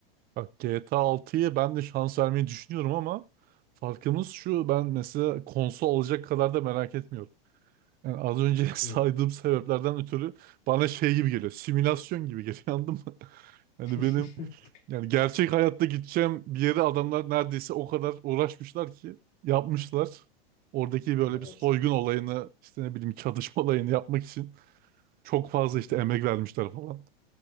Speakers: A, on the right; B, on the left.
A: Bak GTA 6'yı ben de şans vermeyi düşünüyorum ama farkımız şu ben mesela konsol alacak kadar da merak etmiyorum. Yani az önce <laughs> saydığım
B: Hmm.
A: sebeplerden ötürü bana şey gibi geliyor. Simülasyon gibi geliyor anladın mı? <laughs> Yani
B: <laughs>
A: benim yani gerçek hayatta gideceğim bir yere adamlar neredeyse o kadar uğraşmışlar ki yapmışlar. Oradaki böyle
B: Evet.
A: bir soygun olayını işte ne bileyim çatışma olayını yapmak için çok fazla
B: Hı
A: işte
B: hı.
A: emek vermişler falan.